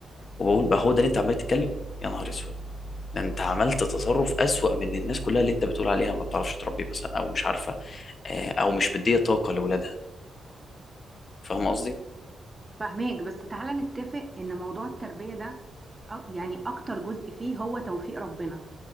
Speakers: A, on the left; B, on the right.
A: وبقول بقى هو ده اللي انت عمال تتكلم يا نهار اسود ده انت عملت تصرف اسوأ من الناس كلها اللي انت بتقول عليها ما بتعرفش تربي مثلا او مش عارفه آه، او مش مديه طاقه لاولادها فاهم قصدي
B: فاهماك بس تعالى نتفق ان موضوع التربية ده أ- يعني اكتر جزء فيه هو توفيق ربنا